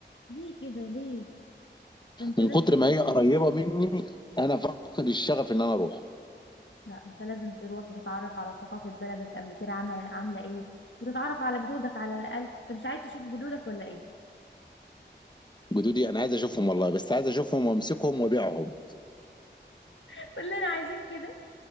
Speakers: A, on the left (about 85°); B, on the left (about 25°).
A: ليه كده ليه ده انت
B: من
A: لازم
B: كتر
A: تروح
B: ما هي قريبه مني انا فاقد الشغف ان انا اروح
A: لا انت لازم تروح وتتعرف على ثقافة بلدك قبل كده عاملة عاملة ايه وتتعرف على جدودك على الأقل انت مش عايز تشوف جدودك ولا ايه
B: جدودي انا عايز اشوفهم والله بس عايز اشوفهم وامسكهم وابيعهم
A: <laughs> كلنا عايزين كده